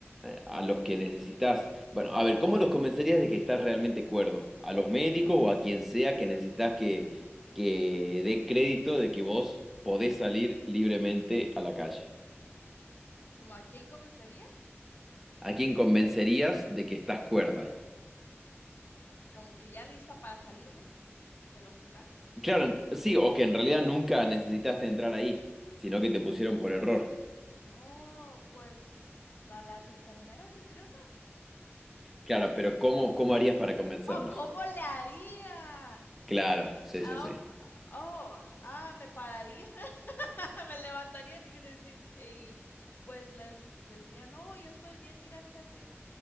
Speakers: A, in the centre; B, on the left (about 45°).
A: a los que necesitas? Bueno, a ver, ¿cómo los convencerías de que estás realmente cuerdo? ¿A los médicos o a quien sea que necesitas que, que dé crédito de que vos podés salir libremente a la calle?
B: ¿Como a quién comenzaría?
A: ¿A quién convencerías de que estás cuerda?
B: ¿Como que ya lista para salirme del hospital?
A: Claro, sí, o que en realidad nunca necesitaste entrar ahí, sino que te pusieron por error.
B: Oh, pues a las enfermeras yo creo, ¿no?
A: Claro, pero ¿cómo, cómo harías para convencerlos?
B: Oh, ¿cómo le haría?
A: Claro,
B: Um,
A: sí, sí, sí.
B: oh, ah, me pararía <laughs> me levantaría y, decir- y pues les decía, no, yo estoy bien, mira, fíjate,